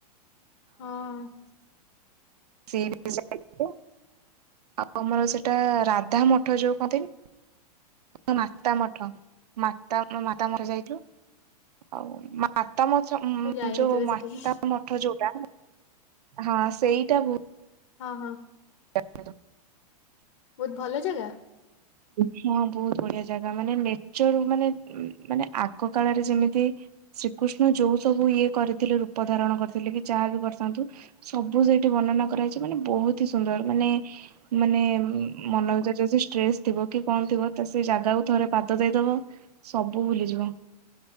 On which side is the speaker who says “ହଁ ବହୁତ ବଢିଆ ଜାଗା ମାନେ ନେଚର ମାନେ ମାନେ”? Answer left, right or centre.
Right